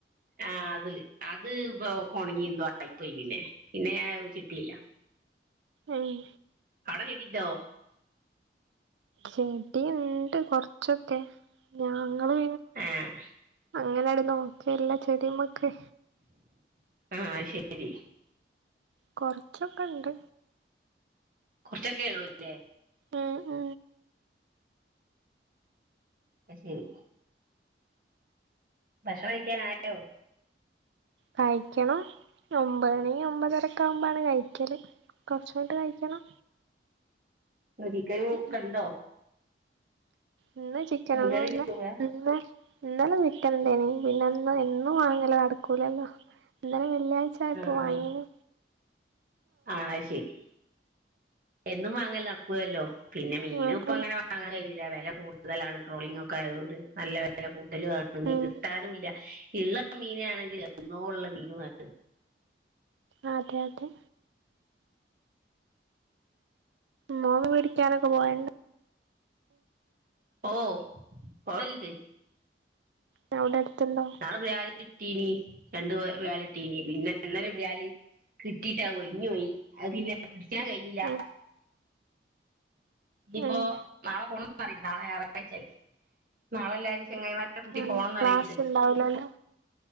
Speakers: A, on the right; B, on the right.
A: ആഹ് അത്. അത് ഇപ്പൊ ഒക്കൊണങ്ങി എന്തോ ആയിപ്പോയി പിന്നെ. പിന്നെ ഞാൻ അത് കുഴിച്ചിട്ടീല്ല.
B: ഏഹ്
A: അവടെ ചെടിണ്ടോ?
B: ചെടി ഇണ്ട് കൊർച്ചൊക്കെ. ഞാങ്ങള്
A: ഏഹ്
B: അങ്ങനാട് നോക്കേല്ല ചെടിമക്ക്.
A: ആഹ് ശരി.
B: കൊറച്ചൊക്കെണ്ട്.
A: കൊറച്ചൊക്കെ ഉള്ളു ല്ലേ.
B: ആഹ് ആഹ്
A: അയ് ശരി. ഭക്ഷണം കയ്ക്കാനായോ
B: കഴിക്കെണം ഒമ്പണി ഒമ്പതരക്കാവുമ്പാണ് കഴിക്കെല് കൊർച്ച് കയ്ട്ട് കഴിക്കെണം
A: ഇന്ന് ചിക്കെനൂ ഒക്കെണ്ടോ
B: ഉം ഇന്ന് ചിക്കെനൊന്നുല്ലാ
A: മീൻകറി രൂപ
B: ഇന്നെ ഇന്നെലെ ചിക്കന്ണ്ടേയ്നി പിന്നെന്ന് എന്നും വാങ്ങല് നടക്കൂലല്ലോ ഇന്നെലെ വെള്ള്യാഴ്ച്ച ആയപ്പൊ
A: ആഹ്
B: വാങ്ങീനി
A: ആഹ് ആഹ് അയ്ശെരി എന്നും വാങ്ങൽ നടക്കൂലല്ലോ പിന്നെ മീനും
B: അതന്നെ
A: പ്പങ്ങെനെ വാ വാങ്ങാൻ കയ്യൂലാ വെല കൂട്തലാണ് ട്രോളിങ്ങാെക്കായതുകൊണ്ട് നല്ലെ വെ വെല കൂട്ടലും ആണ് മീൻ കിട്ടാനുല്ല
B: ഉം
A: ഇള്ള മീനാണെങ്കിൽ എന്നോള്ള മീനു ആണ്
B: ആഹ് അതെ അതെ മോള് പഠിക്കാനൊക്കെ പോവൽണ്ട
A: ഓഹ് പോവൽണ്ട്
B: ഏഹ് അവ്ടെ അട്ത്ത്ണ്ടോ
A: ഞങ്ങൾ ബ്യാലി കിട്ടീനി രണ്ട് വെ വാലിട്ടീനി പിന്നെ ഇന്നാെരു ബ്യാലി കിട്ടീട്ടാ ഒയ്ഞ്ഞ് പോയ് അത് പിന്നെ പിടിക്കാം കയ്ഞ്ഞീലാ
B: ഉം
A: നിപ്പോ
B: ഉം
A: നാളെ പോണം പറയ്ണ്ട് നാളെ ഞായറാഴ്ച്ചല്ലേ നാളെല്ലാരും ചങ്ങായ്മാര് രെ കൂട്ടി
B: ഉം
A: പോവാന്നറീണ്ട്
B: ക്ലാസ് ഉണ്ടാവൂലല്ലോ